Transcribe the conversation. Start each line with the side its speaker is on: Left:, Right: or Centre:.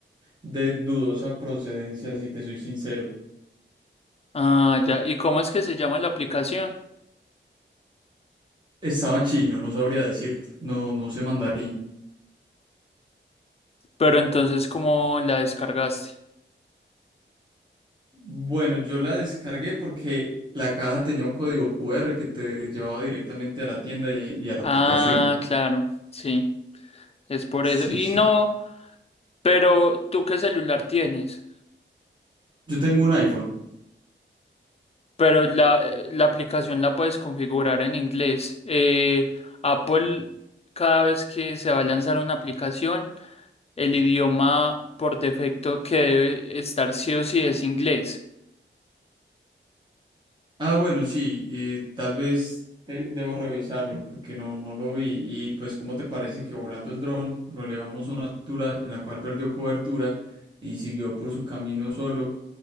Right: de dudosa procedencia, si te soy sincero.
Left: Ah, ya. ¿Y cómo es que se llama la aplicación?
Right: Estaba en chino, no sabría decirte. No, no sé mandarín.
Left: Pero entonces, ¿cómo la descargaste?
Right: Bueno, yo la descargué porque la caja tenía un código QR que te llevaba directamente a la tienda y, y a la
Left: Ah,
Right: aplicación.
Left: claro, sí, es por
Right: Sí,
Left: eso. Y
Right: sí.
Left: no, pero ¿tú qué celular tienes?
Right: Yo tengo un iPhone.
Left: Pero la, eh, la aplicación la puedes configurar en inglés. Eh, Apple, cada vez que se va a lanzar una aplicación, El idioma por defecto que debe estar sí o sí es inglés.
Right: Ah, bueno, sí, eh, tal vez te- debo revisarlo porque no, no lo vi. Y pues, ¿cómo te parece que volando el dron lo elevamos a una altura en la cual perdió cobertura y siguió por su camino solo